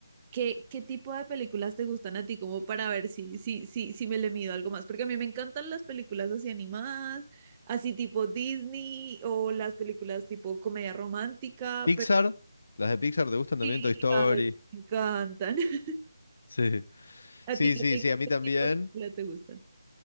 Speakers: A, on the right; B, on the left.
A: ¿Qué, qué tipo de películas te gustan a ti? Como para ver si, si, si, si me le mido algo más. Porque a mí me encantan las películas así animadas, así tipo Disney o las películas tipo comedia romántica,
B: Pixar,
A: pero
B: las de Pixar te gustan
A: sí,
B: también, Toy Story.
A: ay, me encantan. <laughs>
B: sí.
A: ¿A
B: Sí,
A: ti qué,
B: sí,
A: te-
B: sí, a mí
A: qué
B: también.
A: tipo de películas te gustan?